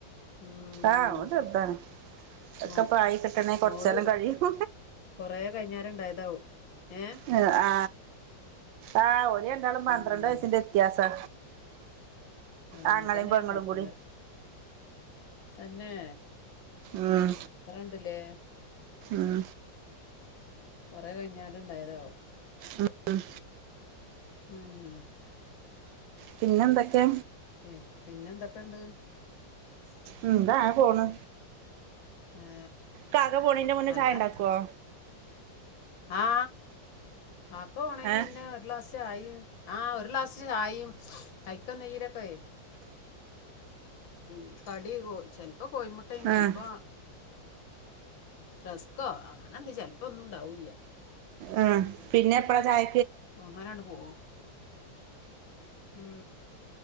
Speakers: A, on the left (about 80°); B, on the right (about 75°).
A: ഉം,
B: ആ ഓൻ ചെർതാണ്. ഒക്കെപ്പായി
A: മോ
B: കിട്ടണെ കൊറച്ചാലം
A: മോള്
B: കഴിയും
A: കൊറേ കഴിഞ്ഞാലുണ്ടായതാവും ഏ
B: ആ ആ ആ ഓര് രണ്ടാളും പന്ത്രണ്ട്
A: ഉം,
B: വയസ്സിന്റെ വ്യത്യാസാ
A: ആ
B: ആങ്ങളേം
A: അതന്നെ
B: പെങ്ങളും
A: ഞാൻ നോക്കണത്
B: കൂടി
A: തന്നെ
B: ഉം
A: അത്രണ്ട്ലേ
B: ഉം
A: കൊറേ കഴിഞ്ഞാണ്ട് ഇണ്ടായതാവും
B: ഉം ഉം
A: ഉംം
B: പിന്നെ എന്തൊക്കെ
A: പിൻ പിന്നെന്തൊക്ക്ണ്ട്?
B: ഉം ന്താ പോണ്
A: ഏ
B: കാക്ക പോണെയ്ന്റെ മുന്നേ
A: നല്ല
B: ചായണ്ടാക്കോ?
A: വർത്ത ആ കാക്ക പോണേൻ്റെ
B: ഏഹ്
A: മുന്നേ ഒരു ഗ്ലാസ് ചായേം ആ ഒരു ഗ്ലാസ് ചായയും കയ്ക്കാൻ നീരൊക്കെ <unintelligible> ഉം കടി കോ ചെലപ്പോ കോയിമുട്ടേം ചെലപ്പോ
B: ആഹ്
A: റസ്കോ അങ്ങനെ എന്ത് ചെലപ്പോ ഒന്നും ഉണ്ടാവൂല
B: ആ പിന്നെ എപ്പഴാ ചായ
A: അങ്ങനങ്ങട് പോവും ഉം